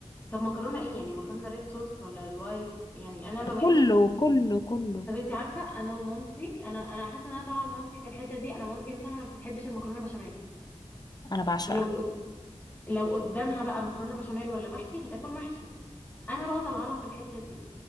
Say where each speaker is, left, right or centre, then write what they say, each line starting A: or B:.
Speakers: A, on the left (about 15°); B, on the left (about 35°).
A: طب مكرونه ايه يعني مكرونه ريد صوص ولا الوايت يعني انا ما بحبش
B: كله كله كله
A: طب انت عارفه انا ومامتي انا انا حاسه ان انا طالعه لمامتي في الحته دي انا مامتي مثلا ما بتحبش المكرونه بشاميل
B: أنا بعشقها
A: ولو قد- لو قدامها بقى مكرونه بشاميل ولا محشي هتاكل محشي انا بقى طالعه لها في الحته دي